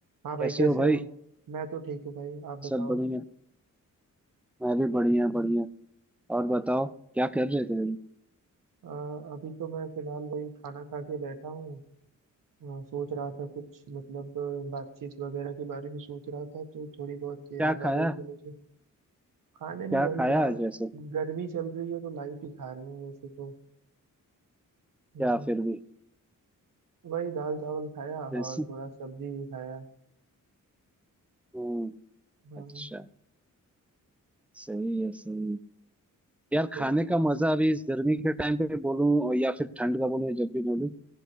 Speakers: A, on the right (about 80°); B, in the centre.
A: हाँ भाई
B: कैसे
A: कैसे
B: हो भाई
A: हो मैं तो ठीक हूँ भाई आप बताओ
B: सब बढ़िया मैं भी बढ़िया बढ़िया और बताओ क्या कर रहे थे भाई
A: अ, अभी तो मैं फिलहाल वही खाना खा के बैठा हूँ अ, सोच रहा था कुछ मतलब अ, बातचीत वगैरह के बारे में सोच रहा था तो थोड़ी बहुत याद
B: क्या
A: आ
B: खाया
A: रही थी मुझे खाने में
B: क्या
A: वही
B: खाया
A: यार
B: आज ऐसे
A: गर्मी चल रही है तो लाइट ही खा रहे हैं वैसे तो हम्म,
B: क्या फिर भी
A: वही दाल चावल खाया
B: जैसे
A: और थोड़ा सब्जी भी खाया
B: हम्म
A: हाँ,
B: अच्छा सही है सही है यार खाने
A: तो
B: का मजा अभी इस गर्मी के टाइम पे बोलूं और या फिर ठंड का बोलूं या जब भी बोलूं